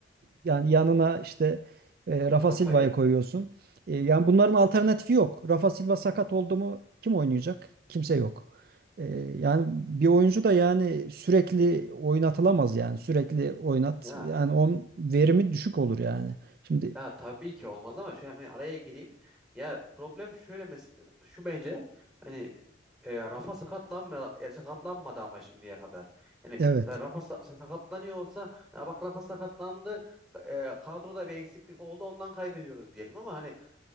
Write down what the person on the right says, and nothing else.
yani yanına işte e, Rafa
Silva'yı koyuyorsun. E, yani bunların alternatifi yok. Rafa Silva sakat oldu mu kim oynayacak? Kimse yok. Ee, yani bir oyuncu da yani sürekli oynatılamaz yani sürekli oynat
yani on verimi düşük olur yani. Şimdi
evet